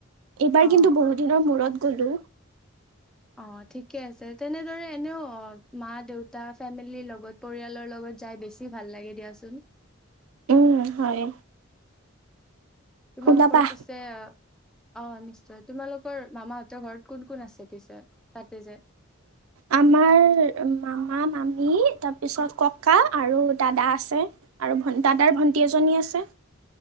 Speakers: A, on the right (about 85°); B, in the centre.
A: এইবাৰ
B: অ
A: কিন্তু বহুত দিনৰ মূৰত গ'লো।
B: অ', ঠিকে আছে, তেনেদৰে এনেও মা দেউতা ফেমিলিৰ লগত পৰিয়ালৰ লগত যায় বেছি ভাল লাগে দিয়াচোন।
A: উম, হয়।
B: তোমালোকৰ
A: ওলাবা
B: পিছে অ', নিশ্চয় তোমালোকৰ মামাহঁতৰ ঘৰত কোন কোন আছে পিছে তাতে যে?
A: আমাৰ মামা, মামী তাৰপিছত ককা আৰু দাদা আছে আৰু দাদাৰ ভণ্টি এজনী আছে।